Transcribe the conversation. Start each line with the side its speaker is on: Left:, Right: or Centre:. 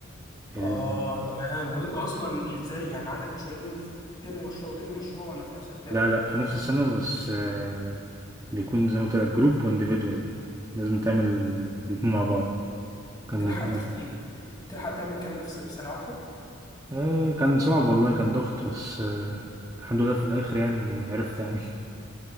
Right: ال...
Left: اه تمام طب انت اصلا ازاي يعني عندك مشروعين دول ترم مشروع ترم مشروع ولا في نفس الترم؟
Right: لا لا في نفس السنة بس آه، بيكون زي ما قلت لك جروب وانديفيدوال لازم تعمل الاتنين مع بعض كان
Left: تلحق
Right: نظام
Left: تخ... ايه؟ تلحق تعمل الكلام ده في س- في سنه واحده؟
Right: آه كان صعب والله كان ضغط بس آه الحمد لله في الآخر يعني عرفت يعني <laughs>